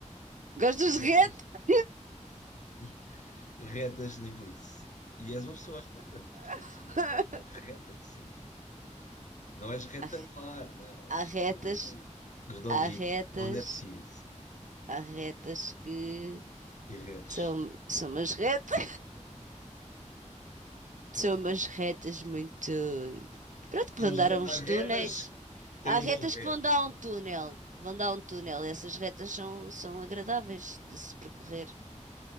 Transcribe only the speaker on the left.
Retas.
<laughs> Retas, nem por isso. E és uma pessoa reta, porque
tens uma forma reta de ser. Não és retangular,
não,
és
hum, redondinha,
onde é preciso.
E retos.
Há
há retas
que têm
um
bom reto.